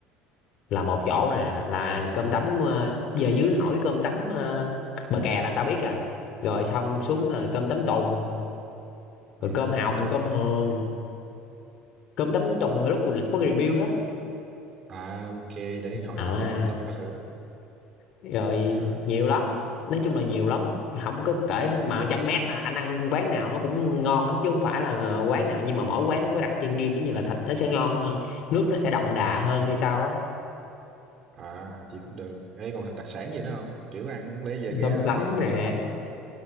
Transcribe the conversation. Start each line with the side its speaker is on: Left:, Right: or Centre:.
Left: là một chỗ nè là cơm tấm ờ, về dưới hỏi cơm tấm ờ, bờ kè là người ta biết à rồi xong
Right: bực
Left: xuống là cơm tấm tùng
Right: à,
Left: rồi cơm
Right: đường
Left: hồng
Right: Long Tùng
Left: cơm hường cơm tấm tùng hồi lúc mình có review đó
Right: à ok để hồi
Left: à
Right: mở clip mình lắp coi thử
Left: rồi
Right: rồi
Left: nhiều lắm nói chung là nhiều lắm không có kể hết. mà trăm mét là anh ăn quán nào nó cũng ngon lắm chứ không phải là quán nào nhưng mà mỗi quán nó có cái đặc trưng riêng giống như là thịt nó sẽ ngon hơn nước nó sẽ đậm đà hơn hay sao đó
Right: à chị cũng được ấy còn đặc sản gì nữa không kiểu ăn lẽ về ghé
Left: cơm
Right: ăn
Left: tấm
Right: mỗi
Left: nè
Right: cơm tấm rồi